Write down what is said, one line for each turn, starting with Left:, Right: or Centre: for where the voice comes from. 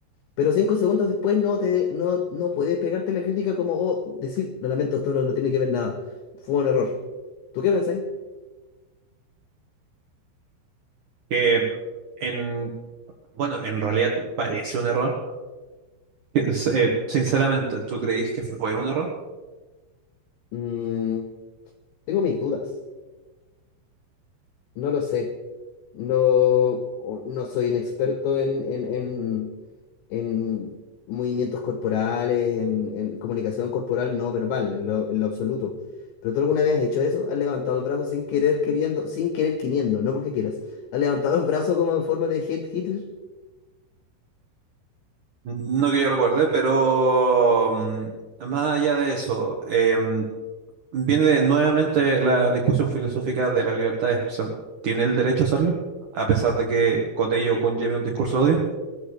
Left: Pero cinco segundos después no, te, no, no puedes pegarte la crítica como, oh, decir, lo lamento, esto no, no tiene que ver nada. Fue un error. ¿Tú qué pensáis?
Right: Que en, bueno, en realidad parece un error. Es, eh, sinceramente, ¿tú crees que fue un error?
Left: Mm, tengo mis dudas. No lo sé. No, o- no soy un experto en, en, en, en movimientos corporales, en, en comunicación corporal no verbal, en lo, en lo absoluto. ¿Pero tú alguna vez has hecho eso? ¿Has levantado el brazo sin querer, queriendo, sin querer, queriendo, no porque quieras? ¿Has levantado el brazo como en forma de head hitter?
Right: No que yo recuerde, pero mm, más allá de eso, em, viene de- nuevamente la discusión filosófica de la libertad de expresión. ¿Tiene el derecho a hacerlo? A pesar de que con ello conlleve un discurso de odio.